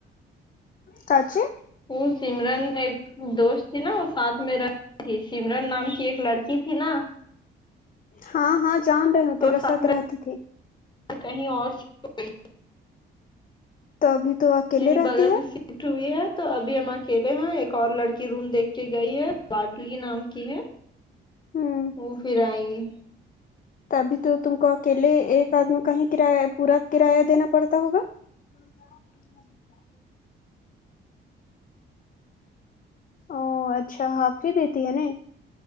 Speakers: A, on the left; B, on the left.
A: چچی
B: وہ سمرن ایک دوست تھی نا ساتھ میں رہ ت سمرن نام کی ایک لڑکی تھی نا
A: ہاں ہاں جان رہے ہوتے
B: تو
A: رسات
B: ساتھ میں
A: رہتی تھی
B: کہیں اور گ
A: تو ابھی تو اکیلے
B: یہیں
A: رہتی
B: بغل
A: ہے
B: میں چٹ ہوئی ہے تو ابھی ہم اکیلے ہیں ایک اور لڑکی روم دیکھ کے گئی ہے ب نام کی ہے
A: ہوں
B: وہ پھر آئے گی
A: ابھی تو تم کو اکیلے ایک آدمی کا ہی کرایہ پورا کرایہ دینا پڑتا ہوگا عغ او اچھا ہاف ہی دیتی ہے نا